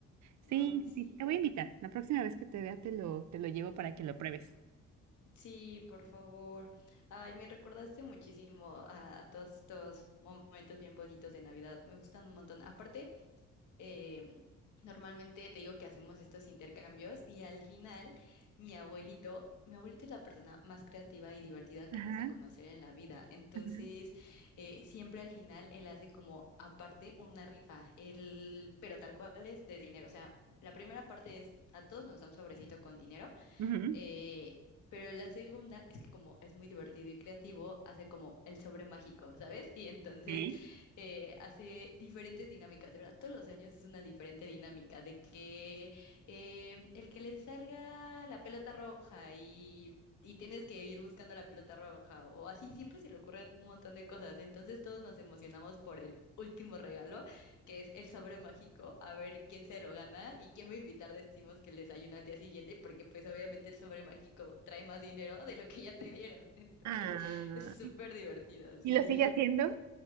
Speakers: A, on the right; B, on the left.
A: Sí,
B: Ay, sí.
A: sí, sí, te voy a invitar. La próxima vez que te vea, te lo, te lo llevo para que lo pruebes.
B: Sí, por favor. Ay, me recordaste muchísimo a, a todos estos momentos bien bonitos de Navidad. Me gustan un montón. Aparte, em, normalmente te digo que hacemos estos intercambios y al final mi abuelito, mi abuelito es la persona más creativa y divertida que
A: Ajá,
B: vas a conocer en la vida. Entonces,
A: ajá.
B: eh, siempre al final él hace como aparte una rifa, él, pero tal cual es de dinero. O sea, la primera parte es a todos nos da un sobrecito con dinero.
A: Ujú.
B: Eh, pero la segunda es que como es muy divertido y creativo, hace como el sobre mágico, ¿sabes? Y entonces
A: Ok.
B: eh, hace diferentes dinámicas, de verdad, todos los años es una diferente dinámica, de que em, el que le salga la pelota roja y... Y tienes que ir buscando la pelota roja o así, siempre se le ocurren un montón de cosas. Entonces todos nos emocionamos por el último regalo que es el sobre mágico, a ver quién se lo gana y quién va a invitar, decimos que el desayuno al día siguiente, porque pues obviamente el sobre mágico trae más dinero de lo que ya te dieron. <laughs> Entonces,
A: Ah,
B: es súper divertido, sí.
A: ¿Y lo sigue haciendo?